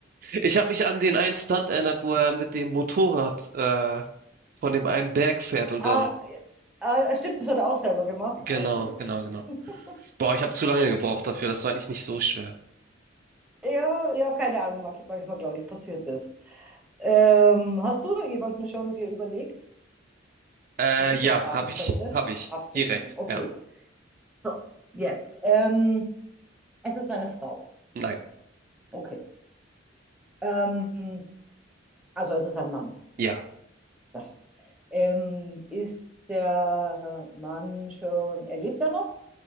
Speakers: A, on the right (about 45°); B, in the centre.
A: Ich habe mich an den einen Stunt erinnert, wo er mit dem Motorrad äh, von dem einen Berg fährt und
B: Ah,
A: dann.
B: ja. ah, stimmt, das hat er auch selber gemacht. Ah,
A: Genau,
B: Okay.
A: genau, genau.
B: <laughs>
A: Boah, ich habe zu lange gebraucht dafür. Das war eigentlich nicht so schwer.
B: Ja, ja, keine Ahnung, manch- manchmal, glaube ich, passiert das. Ähm, hast du jemanden schon dir überlegt,
A: Äh,
B: wo ich
A: ja,
B: jetzt raten
A: habe ich,
B: könnte?
A: habe ich.
B: Hast
A: Direkt.
B: du schon. Okay.
A: Ja,
B: So, jetzt. Ähm, es ist eine Frau.
A: nein,
B: Okay. Ähm, also es ist ein Mann.
A: ja,
B: Ja. Ähm, ist der Mann schon, er lebt er noch?